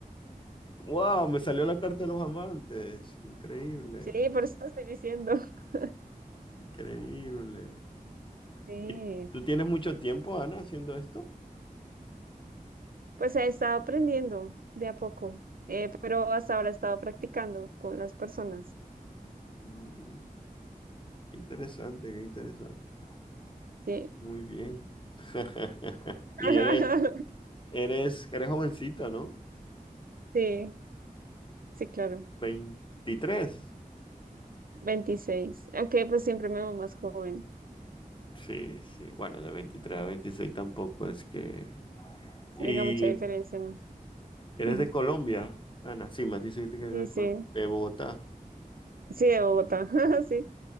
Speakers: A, on the left (about 35°); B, on the right (about 75°).
A: Wow, me salió la carta de los amantes. Increíble,
B: Sí, por eso te estoy diciendo. <laughs>
A: increíble.
B: Sí,
A: ¿Y tú tienes mucho tiempo, Ana, haciendo esto?
B: pues he estado aprendiendo de a poco, eh, pero hasta ahora he estado practicando con las personas.
A: Mm, qué interesante, qué interesante.
B: Sí.
A: Muy bien. <laughs>
B: <laughs>
A: Y eres, eres, eres jovencita, ¿no?
B: Sí, sí, claro.
A: Veintitrés,
B: veintiséis Ok, pues siempre me veo más joven.
A: Sí, sí. Bueno, de veintitrés a 26 tampoco es que. Y
B: haga mucha diferencia, ¿no?
A: eres
B: <laughs>
A: de Colombia, Ana. Sí, me dijiste que eres
B: Sí,
A: de
B: sí,
A: Colombia. De Bogotá.
B: sí, de Bogotá, <laughs> sí.